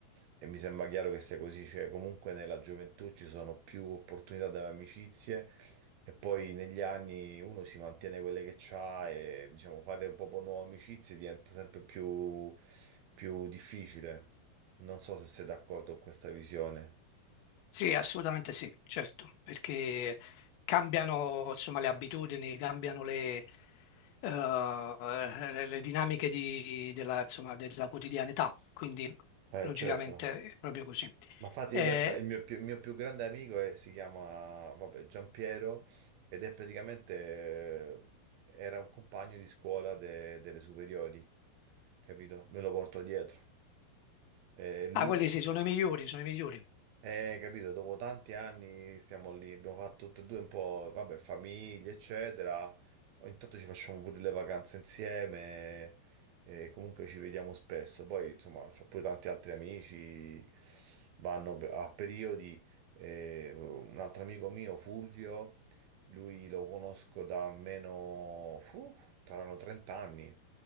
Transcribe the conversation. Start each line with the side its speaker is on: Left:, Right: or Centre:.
Right: E mi sembra chiaro che sia così. Cioè, comunque nella gioventù ci sono più opportunità da amicizie e poi negli anni uno si mantiene quelle che c'ha e, diciamo, fare proprio nuove amicizie diventa sempre più più difficile. Non so se sei d'accordo con questa visione.
Left: Sì, assolutamente sì, certo, perché cambiano insomma, le abitudini, cambiano le, eh, le- le dinamiche di- della, insomma, della quotidianità, quindi
Right: Eh,
Left: logicamente
Right: certo.
Left: è proprio così.
Right: Ma infatti
Left: Eh,
Right: io penso, il mio più, il mio più grande amico è- si chiama, vabbè, Giampiero ed è praticamente, eh, era un compagno di scuola de- delle superiori, capito? Me lo porto dietro. Eh, lui
Left: Ah, quelli sì, sono i migliori, sono i migliori.
Right: Eh, capito, dopo tanti anni stiamo lì, abbiamo fatto tutte e due un po', vabbè, famiglie, eccetera. Ogni tanto ci facciamo pure le vacanze insieme, e comunque ci vediamo spesso. Poi, insomma, ho pure tanti altri amici, vanno pe- a periodi. eh, un altro amico mio, Fulvio, lui lo conosco da almeno, fu, saranno 30 anni,